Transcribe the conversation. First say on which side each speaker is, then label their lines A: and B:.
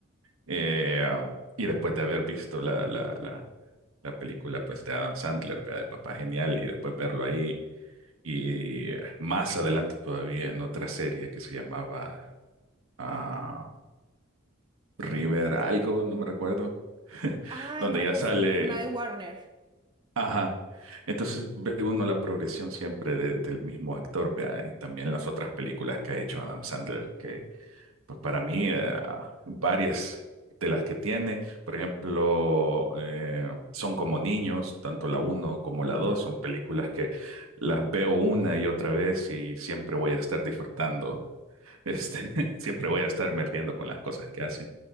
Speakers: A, on the right; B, on the right.
A: Eh, um, y después de haber visto la, la, la, la película pues, de Adam Sandler, ¿verdad? De Papá Genial, y después verlo ahí. Y eh, más adelante todavía en otra serie que se llamaba... ah, River algo, no me recuerdo, <laughs>
B: Ah,
A: donde
B: creo
A: ya
B: que
A: sale,
B: sí, una de Warner.
A: ajá. Entonces ve uno la progresión siempre de- del mismo actor, vea, y también las otras películas que ha hecho Adam Sandler, que pues para mí eh, varias de las que tiene, por ejemplo, eh, son como niños, tanto la uno como la 2 son películas que las veo una y otra vez y siempre voy a estar disfrutando, este, <laughs> siempre voy a estarme riendo con las cosas que hacen.